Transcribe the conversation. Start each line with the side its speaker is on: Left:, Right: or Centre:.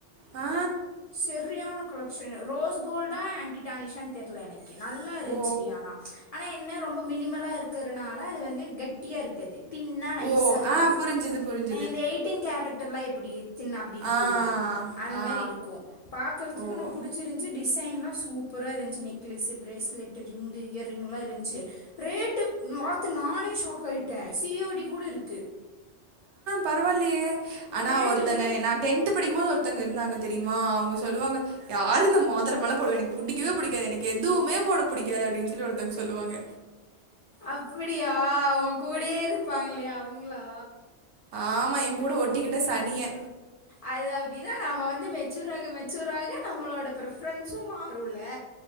Right: ஆ
Left: செர்ரியான கலெக்க்ஷன்னு ரோஸ் கோல்டா ஆன்டிடானிஷானு தெர்ல எனக்கின் நல்லா இருந்துச்சுடி
Right: ஓ
Left: ஆனா ஆனா என்ன ரொம்ப மினிமலா இருக்கறனால அது வந்து கெட்டியா இருக் அது தின்னா நைஸா
Right: ஓ
Left: இருக்கோ
Right: ஆ புரிஞ்சுது புரிஞ்சுது
Left: இந்த எயிட் டின் கேரக்டர்லா எப்புடி தின் அப்புடி இருக்கும்ல்ல
Right: ஆ
Left: அத
Right: ஆ
Left: மாரி இருக்கோ பாக்கறதுக்கூ
Right: ஓ
Left: எனக்கு புடிச்சிருந்ச்சு டிசைன்லா சூப்பரா இருந்ச்சு நெக்லஸ்சு பிரேஸ்லெட் டு ரிங்கு இயர் ரிங்லா இருந்ச்சு ரேட்டு மாத்து நானே ஷாக் ஆயிட்டே சி ஓ டி கூட இருக்கு
Right: பரவாயில்லயே அனா
Left: ரேட்டு
Right: ஒருத்தங்க
Left: வெறு
Right: நா டென் த்து படிக்கும் போது ஒருத்தங்க இருந்தாங்க தெரியுமா அவங்க சொல்லுவாங்க யாரு இந்த மோதிரோல்லா போடுவேங் எனக்கு புடிக்கவே புடிக்காது எனக்கு எதுவுமே போட புடிக்காது அப்டின்னு சொல்லி ஒருத்தவங்க சொல்லுவாங்க
Left: அப்படியா உங் கூடயே இருப்பாங்களே அவங்களா
Right: ஆமா எங் கூட ஒட்டிக்கிட்ட சனியே
Left: அது அப்படிதா நம்ம வந்து மெச்சூராக மெச்சூராக நம்மளோட பிரஃப்ரென்ஸும் மாறுல்ல